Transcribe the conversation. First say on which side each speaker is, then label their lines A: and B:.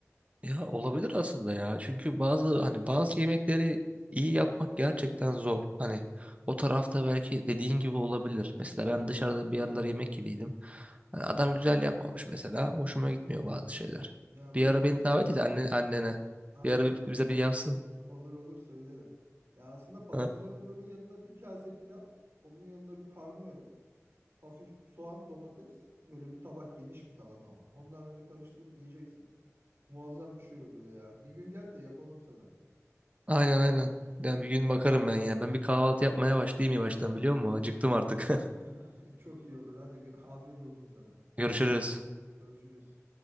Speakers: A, on the right; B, on the right.
A: Ya olabilir aslında ya. Çünkü bazı hani bazı yemekleri iyi yapmak gerçekten zor. Hani o tarafta belki dediğin gibi olabilir. Mesela ben dışarıda bir yerler yemek yediydim. Hani adam güzel yapmamış mesela. Hoşuma gitmiyor bazı şeyler.
B: Ya
A: Bir
B: böyle
A: ara beni davet et anne, annene.
B: aynen
A: Bir ara bir- bize
B: olur
A: bir yapsın.
B: <laughs> olur olur söylerim. Ya aslında patlıcanın
A: Ha,
B: böyle yanına bir kase pilav, onun yanına bir karnıyarık, hafif soğan, domates, böyle bir tabak geniş bir tabak ama. Ondan böyle karıştırıp yiyeceksin. Muazzam bir şey oluyor ya. Bir gün gel de yapalım sana.
A: aynen aynen. Yani bir gün bakarım ben ya. Ben bir kahvaltı yapmaya başlayayım yavaştan biliyor musun? Acıktım artık.
B: <laughs> Çok iyi olur. Hadi afiyet olsun sana.
A: <laughs> Görüşürüz.
B: Görüşürüz.